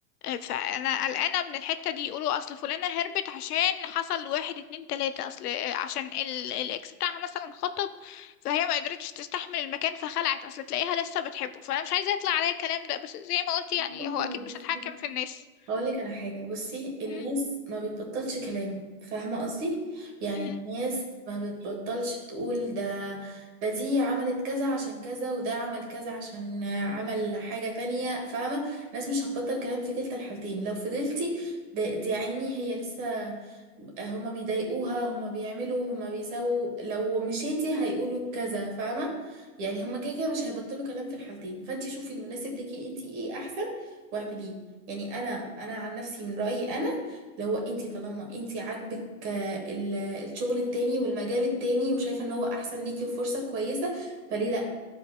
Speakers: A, on the left; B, on the right.
A: فانا قلقانه من الحته دي يقولوا اصل فلانه هربت عشان حصل واحد اتنين تلاته اصل عشان ال- الاكس بتاعها مثلا خطب فهي ما قدرتش تستحمل المكان فخلعت اصل تلاقيها لسه بتحبه فانا مش عايزه يطلع عليا الكلام ده بس زي ما قلت يعني
B: والله
A: هو اكيد مش
B: بصي
A: هتحكم في الناس
B: هقول لك على حاجة بصي الناس
A: مم.
B: ما بتبطلش كلام فاهمة قصدي يعني
A: مم.
B: الناس ما بتبطلش تقول ده ده دي عملت كذا عشان كذا وده عمل كذا عشان عمل حاجة تانية فاهمة الناس مش هتبطل كلام في كلتا الحالتين لو فضلتي ده دي عيني هي لسه هما بيضايقوها هما بيعملوا هما بيسووا لو مشيتي هيقولوا كذا فاهمة يعني هما كده كده مش هيبطلوا كلام في الحالتين فانتي شوفي المناسب ليكي انتي ايه احسن واعمليه يعني انا انا عن نفسي من رايي انا لو انت طالما انت عاجبك آه، ال- الشغل التاني والمجال التاني وشايفه ان هو احسن ليكي وفرصه كويسه فليه لا